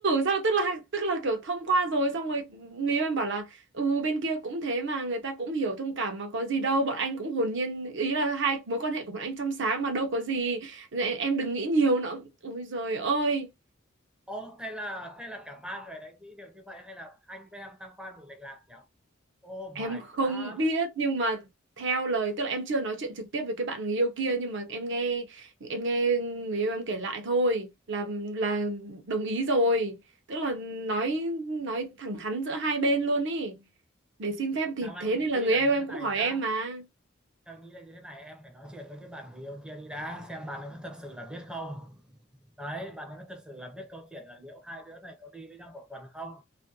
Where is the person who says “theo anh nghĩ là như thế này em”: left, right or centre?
Centre